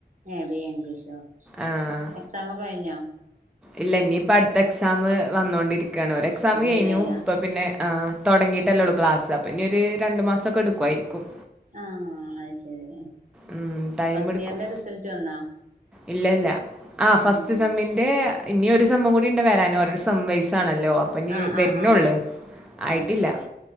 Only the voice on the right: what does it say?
ഏ ബി എ ഇംഗ്ളീഷ് സൊ
എക്സമക്കെ കഴിഞ്ഞോ
ജൂലൈലാ
ആഹ് അഹ് ശരി
ഫസ്റ്റ്
ഇയറിന്റെ റിസൾട്ട് വന്നാ
ഉം
ആ
ആ ആ
അത് ശരി